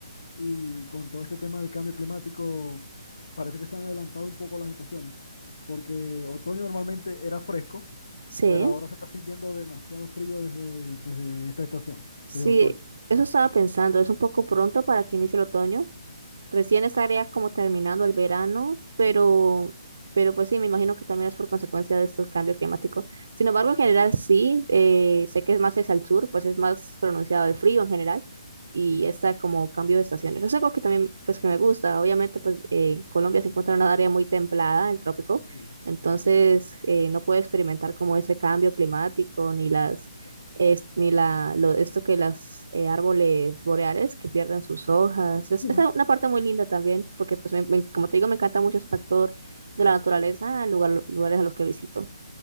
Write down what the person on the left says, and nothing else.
y con todo este tema del cambio climático parece que se han adelantado un poco las estaciones, porque otoño normalmente era fresco,
pero ahora se está sintiendo demasiado frío desde, desde esta estación,
desde otoño.
Sí,
sí,
sí.
Ujú,
claro.
<laughs>
Ujú.
Sí,
ujú,